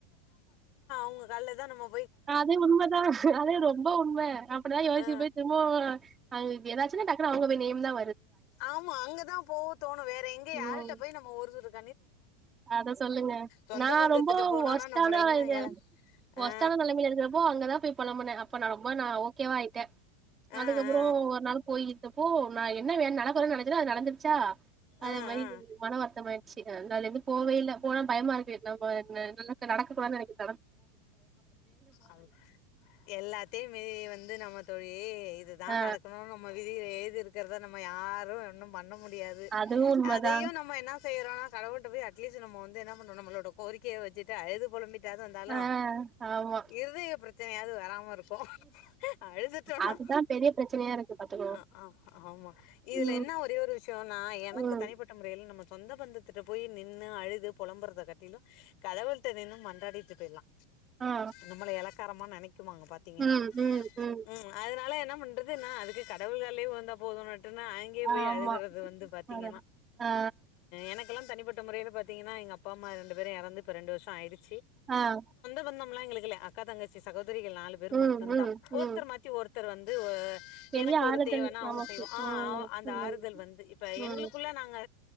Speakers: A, on the left; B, on the right.
A: உங்க கால்லதா நம்மோ
B: அது உண்மதா அது ரொம்போ உண்மே அப்பிடிதா யோசிப்
A: ஆ
B: போயி திரும்பவோ அங்க இ எதாச்சுனா டாக்னு அவுங்க போயி நேம் இந்தா
A: ஆமா அங்கதா போக தோணோ வேற எங்கே யாருகிட்ட
B: ம்
A: போயி நம்மோ <unintelligible>
B: அத சொல்லுங்க
A: சொந்த
B: நா
A: பந்தத்திட்ட
B: ரொம்போ
A: போனோனா
B: ஒஸ்டான
A: நம்மள
B: ஆளா
A: இன்னு
B: இருந்தே
A: எழ
B: ஒஸ்டான
A: ஆ
B: நெலமைல இருக்கிறப்போ அங்கதா போயி பொழம்புனே அப்ப நா ரொம்ப நா ஓகேவா ஆயிட்டே
A: ஆ
B: அதுக்கப்பறோ
A: ஆ
B: ஒரு நாள் போயிர்த்தப்போ நா என்னா வே நடக்குர நடக்குதோ அது நடந்துச்சா அது
A: ஆ ஆ
B: மாரி
A: ஆ
B: மன வருத்தம் அயி அ அந்தாள் எப்டி போவே இல்ல போனா பயமா இருக்கு நம்ம என்ன என்னல்லா க நடக்க கூடாது நெனைக்கு
A: அது எல்லாத்தயுமே வந்து நம்ம தொழி வே இதுதா
B: ஆ
A: நடக்கணுனு நம்ம விதில ஏழ்தி இருக்கறதா நம்ம யாரு ஒன்னு பண்ண முடியாது
B: அதுவு உண்மதா
A: அதையு நம்ம என்ன செய்யறோனா கடவுள்ட்ட போய் அட்லீஸ் நம்மொ வந்து என்ன பண்றோம் நம்மளோட கோரிக்கைய வச்சுட்டு அழுது பொழம்பிட் ட்டாவது வந்தாலு
B: ஆ ஆமா
A: இருதய பிரச்சனையாவது வெராம இருக்கு அழுதுட்டேனா
B: அதுதா பெரிய பிரச்சனையா இருக்கு பாத்துக்கோ
A: அ அ ஆமா இதுல
B: ம்
A: என்ன ஒரே ஒரு விஷயோனா எனக்கு
B: ம்
A: தனிப்பட்ட முறைல நம்ம சொந்த பந்தத்துட்ட போய் நின்னு அழுது புலம்புறத காட்டிலும் கடவுளிட்ட நின்னு மண்றாடிட்டு போயிடலா
B: ஆ
A: நம்மல இலக்காரமா நினைக்குவாங்க பாத்தீங்கன்னா
B: ம் ம் ம்
A: உம் ம்ச் அதனால என்ன பண்றது நா அதுக்கு க கடவுள்கலயே வந்தா போதும்னுட்டுனா அங்கயே போய்
B: ஆமா
A: அழுதுறது வந்து பாத்தீங்கன்னா
B: அதா ஆ
A: எனக்கு இப்பலா தனிப்பட்ட முறையில பாத்தீங்கனா எங்க அப்பா அம்மா ரெண்டு பேரு இறந்து ரெண்டு வருஷம் ஆயிடுச்
B: ஆஹ்
A: சொந்தம்ல எங்களுக்கு இல்ல அக்கா தங்கச்சி சகோ திரிகள் நாலு பேர்
B: ம்
A: மட்டும்
B: ம்
A: தான் ஒருத்தர்
B: ம்
A: மாத்தி ஒருத் ஒருத்தர் வந்து ஆ
B: பெரிய
A: எனக்கு
B: ஆறுதல்
A: ஒரு தேவைனா அவங்க
B: நமக்கு
A: செய்வாங்க ஆஹ்
B: ம்
A: அந்த
B: ம்
A: ஆறுதல் வந்து இப்ப
B: ம்
A: எங்களுக்குள்ள நாங்க